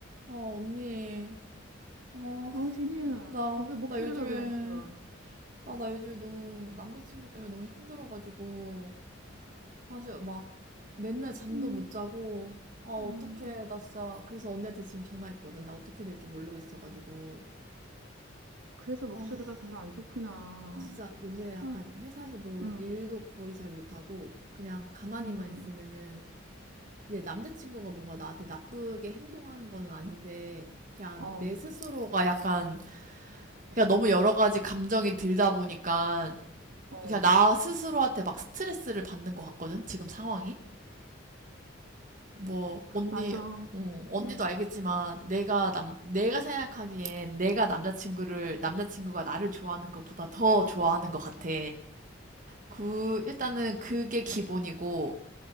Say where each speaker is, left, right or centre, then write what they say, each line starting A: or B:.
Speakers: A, on the right; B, on the right.
A: 아 언니. 어,
B: 어, 제니야,
A: 나,
B: 왜 목소리가
A: 나 요즘에,
B: 왜 안 좋아?
A: 아, 나 요즘에 너무 남자친구 때문에 너무 힘들어가지고, 아, 진짜 막 맨날 잠도
B: 음,
A: 못 자고, 아, 어떡해.
B: 음,
A: 나 진짜, 그래서 언니한테 지금 전화했거든. 나 어떻게 될지 모르겠어가지고.
B: 그래서 목소리가
A: 아,
B: 별로 안 좋구나.
A: 진짜 요새 약간
B: 아,
A: 회사에서도
B: 음,
A: 일도 거의 잘 못하고, 그냥 가만히만
B: 음,
A: 있으면은, 이제 남자친구가 뭔가 나한테 나쁘게 행동하는 거는 아닌데, 그냥
B: 어,
A: 내 스스로가 약간 그냥 너무 여러 가지 감정이 들다 보니까
B: 어,
A: 그냥 나 스스로한테 막 스트레스를 받는 것 같거든 지금 상황이 뭐 언니
B: 맞아.
A: 어, 언니도
B: 음,
A: 알겠지만 내가 남 내가 생각하기엔 내가 남자친구를 남자친구가 나를 좋아하는 것보다 더 좋아하는 것 같아 그 일단은 그게 기본이고